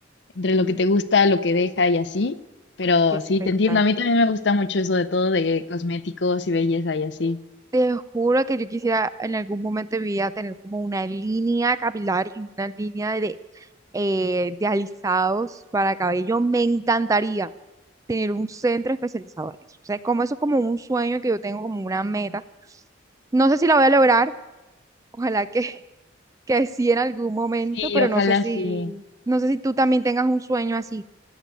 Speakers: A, on the left; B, on the right.
A: entre lo que te gusta, lo que deja y así. Pero
B: ay, qué espectáculo.
A: sí, te entiendo, a mí también me gusta mucho eso de todo de cosméticos y belleza y así.
B: Te juro que yo quisiera en algún momento de mi vida tener como una línea capilar y una línea de, eh, de alisados para cabello. Me encantaría tener un centro especializado en eso. O sea, como eso es como un sueño que yo tengo, como una meta. No sé si la voy a lograr, Ojalá que, que sí en algún momento,
A: Sí,
B: pero
A: ojalá
B: no sé si,
A: sí.
B: no sé si tú también tengas un sueño así